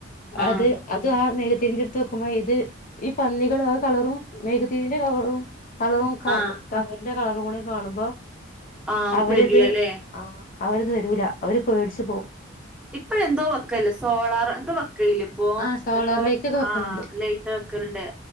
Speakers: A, in the centre; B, on the left.
A: ആഹ്
B: അത് അത് ആ മെഴുകുത്തിറിൻ്റ അടുത്ത് വെക്കുമ്പോ ഇത് ഈ പന്നികളും ആ കളറും മെഴുകു മെഴുകുതിരീന്റെ കവറും കളറും
A: ആഹ്
B: കവറിന്റെ കളറും കൂടി കാണുമ്പോ
A: ആഹ്
B: അവരത്
A: വരില്ലല്ലേ
B: ആ അവരത് വരൂല അവര് പേടിച്ചു പോവും
A: ഇപ്പൊ എന്തോ വെക്കല് സോളാർ എന്തോ വെക്കല് ഇപ്പോ
B: ആ സോളാർ
A: എന്തോ
B: ലൈറ്റ് ഒക്കെ വെക്കലുണ്ട്
A: ആഹ് ലൈറ്റ് വെക്കലുണ്ട്